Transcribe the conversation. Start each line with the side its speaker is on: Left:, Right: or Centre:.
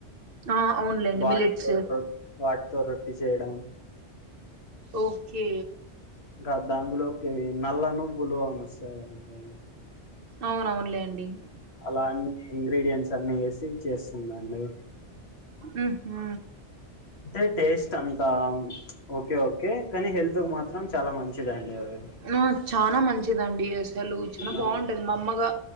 Right: ఆ అవునులేండి
Left: వాటితో
Right: మిలిట్స్
Left: రో వాటితో రొట్టి చేయడం
Right: ఓకే
Left: ఇంకా దాంలోకి నల్ల నువ్వులు అనీ వస్తాయి అండి
Right: అవునవునులే అండి
Left: అలాన్ ఇంగ్రీడియంట్స్ అన్ని ఏసి చేస్తుందండి
Right: ఉహు
Left: అంటే టేస్ట్ అంతా ఓకే ఓకే కానీ హెల్త్ కు మాత్రం చాలా మంచిదండి అవి
Right: ఆ చానా మంచిదండి అసలు చాలా
Left: ఆ,
Right: బాగుంటది మా అమ్మగా